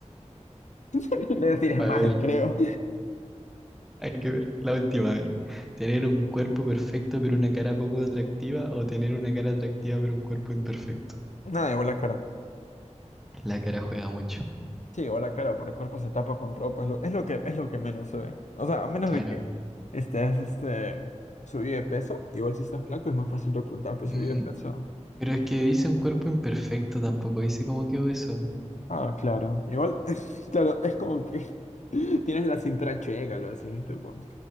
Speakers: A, on the left (about 75°); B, in the centre.
A: <laughs> Le tiré
B: A
A: mal,
B: ver,
A: creo.
B: Hay que ver. La última, a ver. ¿Tener un cuerpo perfecto pero una cara poco atractiva o tener una cara atractiva pero un cuerpo imperfecto?
A: Nada, igual la cara.
B: La cara juega mucho.
A: Sí, igual la cara, porque el cuerpo se tapa con ropa. Es lo, es lo que, es lo que menos se ve. O sea, a menos
B: Claro.
A: de que estés este, subido de peso. Igual si estás flaco es más fácil de ocultar, pero
B: Mm,
A: subido de peso.
B: pero es que dice un cuerpo imperfecto, tampoco dice cómo quedó eso.
A: Ah, claro. Igual, <laughs> claro, es como que <laughs> tienes la cintura checa, algo así. tipo,